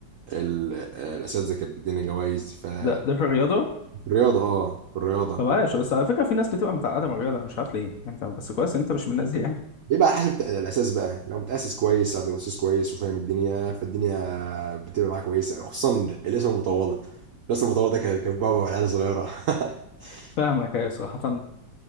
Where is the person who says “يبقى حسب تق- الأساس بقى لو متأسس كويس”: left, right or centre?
Right